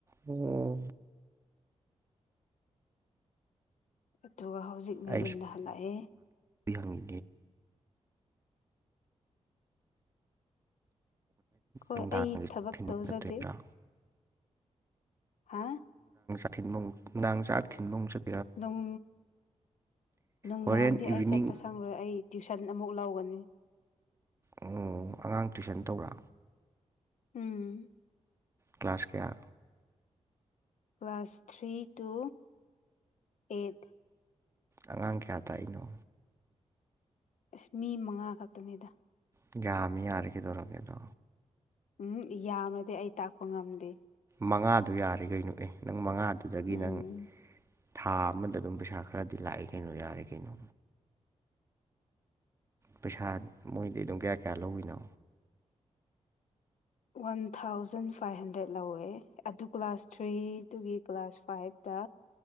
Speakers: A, on the right; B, on the left.
A: ꯎꯝ
B: ꯑꯗꯨꯒ ꯍꯧꯖꯤꯛꯅ
A: ꯑꯩ
B: ꯌꯨꯝꯗ ꯍꯜꯂꯛꯑꯦ
A: ꯍꯪ
B: ꯍꯣꯏ
A: ꯅꯨꯡꯗꯥꯡꯒꯤ
B: ꯑꯩ ꯊꯕꯛ
A: ꯊꯤꯟꯕ
B: ꯇꯧꯖꯗꯦ
A: ꯆꯠꯇꯣꯏꯔꯥ
B: ꯍꯥ
A: ꯊꯤꯟꯕꯨ ꯡ ꯆꯥꯛ ꯊꯤꯟꯕ ꯑꯃꯨꯛ ꯆꯠ
B: ꯅꯨꯡ ꯅꯨꯡꯗꯥꯡꯗꯤ
A: ꯍꯣꯔꯦꯟ
B: ꯑꯩ
A: ꯏꯚꯤꯅꯤꯡ
B: ꯆꯠꯄ ꯁꯪꯪꯂꯣꯏ ꯑꯩ ꯇ꯭ꯋꯨꯤꯁꯟ ꯑꯃꯨꯛ ꯂꯧꯒꯅꯤ
A: ꯑꯣ ꯑꯉꯥꯡ ꯇꯨꯏꯁꯟ ꯇꯧꯕ꯭ꯔꯥ
B: ꯎꯝ
A: ꯀ꯭ꯂꯥꯁ ꯀꯌꯥ
B: ꯀ꯭ꯂꯥꯁ ꯊ꯭ꯔꯤ ꯇꯨ ꯑꯩꯠ
A: ꯑꯉꯥꯡ ꯀꯌꯥ ꯇꯥꯛꯏꯅꯣ
B: ꯑꯁ ꯃꯤ ꯃꯉꯥ ꯈꯛꯇꯅꯤꯗ
A: ꯌꯥꯒꯃꯤ ꯌꯥꯔꯈꯤꯗꯧꯔꯛꯒꯦꯗꯣ
B: ꯎꯝ ꯌꯥꯝꯃꯗꯤ ꯑꯩ ꯇꯥꯛꯄ ꯉꯝꯗꯦ
A: ꯃꯉꯥꯗꯨ ꯌꯥꯔꯦ ꯀꯩꯅꯣ ꯑꯦ ꯅꯪ ꯃꯉꯥꯗꯨꯗꯒꯤ
B: ꯎꯝ
A: ꯅꯪ ꯊꯥ ꯑꯃꯗ ꯑꯗꯨꯝ ꯄꯩꯁꯥ ꯈꯔꯗꯤ ꯂꯥꯛꯑꯦ ꯀꯩꯅꯣ ꯌꯥꯔꯦ ꯀꯩꯅꯣ ꯄꯩꯁꯥ ꯃꯣꯏꯗꯤ ꯑꯗꯨꯝ ꯀꯌꯥ ꯀꯌꯥ ꯂꯧꯏꯅꯣ
B: ꯋꯥꯟ ꯊꯥꯎꯖꯟ ꯐꯥꯏꯚ ꯍꯟꯗ꯭ꯔꯦꯗ ꯂꯧꯋꯦ ꯑꯗꯨ ꯀ꯭ꯂꯥꯁ ꯊ꯭ꯔꯤꯗꯨꯒꯤ ꯀ꯭ꯂꯥꯁ ꯐꯥꯏꯚꯇ